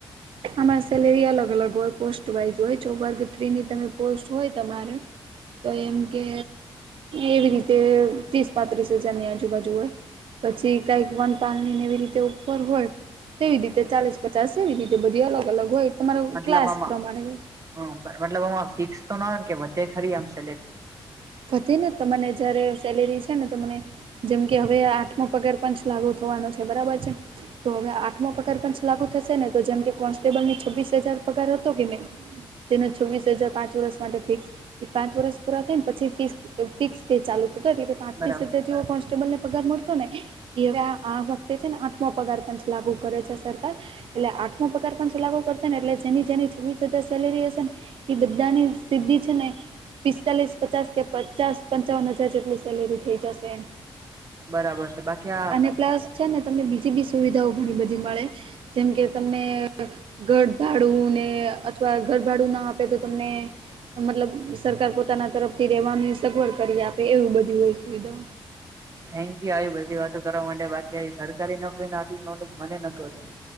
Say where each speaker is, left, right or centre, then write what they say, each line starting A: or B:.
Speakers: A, on the right; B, on the right.
A: આમા સેલેરી અલગ અલગ હોય પોસ્ટ વાઈઝ હોય ચર્ગ થ્રીની તમે પોસ્ટ હોય તમારે. તો એમ કે એવી રીતે ત્રીસ પાંત્રીસ હજારની આજુબાજુ હોય. પછી કઈક વન પાલણી ને એવી રીતે ઉપર હોય તેવી રીતે ચાલીસ પચાસ એવી રી જે બધી અલગ અલગ હોય. તમારો
B: મતલબ
A: ક્લાસ
B: આમાં
A: પ્રમાણે હોય
B: મતલબ આ ફિક્સ તો ના કે વચ્ચે ખરી આમ સેલેક્ટ
A: વધે ને તમાને જયારે સેલેરી છે ને તને જેમ કે હવે આઠમો પગાર પંચ લાગુ થવાનો છે બરાબર છે. તો હવે આઠમો પગાર પંચ લાગુ થશે ને તો જેમ કે કોન્સ્ટેબલ છવ્વીસ હજાર પગાર હતો કે નહી. જેને છવ્વીસ હજાર પાંચ વર્ષ માટે ફિક્સ એ પાંચ વર્ષ પૂરા થાય ને પછી ફિક્સ ફિક્સ પે ચાલુતો હતો એટ કે પાંત્રીસ
B: બરાબર
A: હજાર જેવો પહચ. ને પગાર મળતો ને એ આ વખતે છે ને આઠમાો પગાર પં લાગુ કરે છે સરકાર એટલે આઠમો પગાર પણ શ લાગુ કરશે ને એટલે જેની જેની છ્વીસ હજાર સેલેરી હશે ને. એ બધાની સિદ્ધિ છે ને પિસ્તાલીસ પચાસ કે પચાસ પંચાવન હજાર જેટલી સેલેરી થઈ જશે એમ.
B: બરાબર છે બાકી આ
A: અને પ્લસ છે ને તમને બીજી બી સુવિધાઓ ઘણી બધી મળે. જેમ કે તમને ગરભાડું ને અથવા ગરભાડું ના આપે તો તમને મતલબ સરકાર પોતાના તરફથી રેવાની સગવડ કરી આપે એવું બધી હોય સુવિધા.
B: થેન્ક યુ આવી બધી વાતો કરવા માટે બાકી આવી સરકારી નોકરીને આટલું નોલેજ મને નહતું હતું.